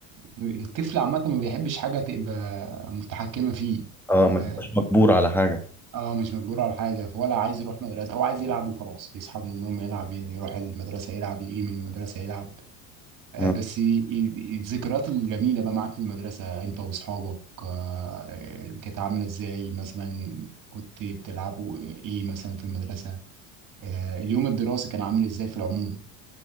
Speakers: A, on the right; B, in the centre.
A: الطفل عامة ما بيحبش حاجة تبقى متحكمة فيه
B: اه ما
A: آه،
B: يبقاش مجبور على حاجة
A: اه مش مجبور على حاجة ولا عايز يروح مدرسة هو عايز يلعب وخلاص يصحى من النوم يلعب يعني يروح المدرسة يلعب يجي من المدرسة يلعب آه
B: آه.
A: بس ي- ي- الذكريات الجميلة بقى معاك في المدرسة انت واصحابك آه آه، كانت عاملة ازاي مثلا كنت بتلعبوا ايه مثلا في المدرسة آه اليوم الدراسي كان عامل ازاي في العموم